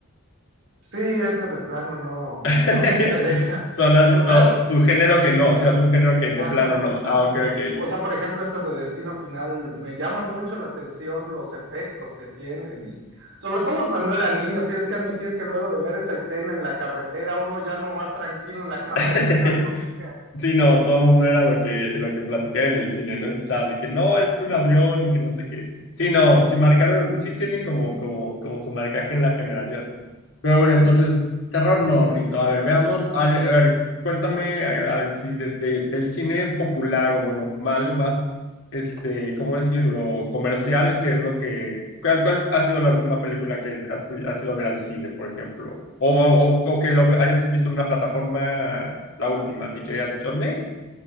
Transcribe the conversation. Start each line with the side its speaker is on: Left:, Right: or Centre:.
Right: Sí, esas de plano no,
Left: <laughs>
Right: no me <laughs> interesan.
Left: Son así
Right: O sea,
Left: todo, tu género que no, si es un género que de
Right: Ajá,
Left: plano no. Ah,
Right: ajá.
Left: ok, ok.
Right: O sea, por ejemplo, estas de Destino Final, me llama mucho la atención los efectos que tienen y sobre todo cuando era niño, tienes que admitir que luego de ver esa escena en la carretera, uno ya no va tranquilo en la <laughs> carretera
Left: <laughs>
Right: nunca.
Left: Sí, no, todo el mundo era lo que, lo que platicaba en el cine, ¿no? Escuchaba de que no, es que un avión y que no sé qué. Sí, no, sí marcaron, sí tienen como, como, como su marcaje en la generación. Pero bueno,
Right: Sí,
Left: entonces,
Right: sí.
Left: terror no, Rito. A ver, veamos. al- A ver, cuéntame a- a- si de- de- del cine popular o bueno, ma- algo más, este, ¿cómo decirlo? Comercial, qué es lo que... ¿Cuál, cuál ha sido la última película que has, fui- has ido a ver al cine, por ejemplo? O, o, o que lo ve- hayas visto en una plataforma, la última, así que has dicho, ¿me?